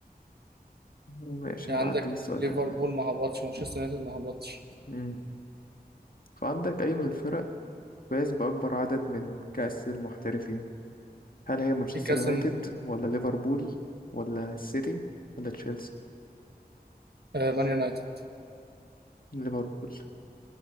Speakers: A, on the left; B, on the right.
A: وماشي
B: يعني
A: هنعدي
B: عندك
A: السؤال
B: ليفربول
A: ده
B: ما هبطش مانشستر يونايتد ما هبطش
A: مم. فعندك اي من الفرق فاز باكبر عدد من كأس المحترفين هل هي مانشستر
B: في كاسم
A: يونايتد ولا ليفربول ولا السيتي ولا تشيلسي
B: آه، مان يونايتد
A: ليفربول